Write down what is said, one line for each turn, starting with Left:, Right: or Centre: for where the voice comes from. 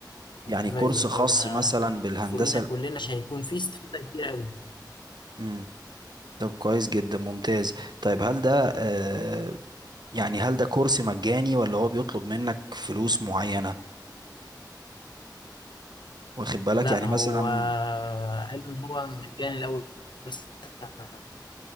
Right: يعني
Left: فايزر
Right: كورس خاص
Left: اللي هو بيبقى
Right: مثلا بالهندسة
Left: فوقينا كلنا مش هيكون فيه استفادة كتير قوي
Right: مم. طب كويس جدا ممتاز طيب هل ده آه، يعني هل ده كورس مجاني ولا هو بيطلب منك فلوس معينة واخد بالك
Left: لا
Right: يعني
Left: هو
Right: مثلا
Left: قالوا ان هو مجاني الاول سنة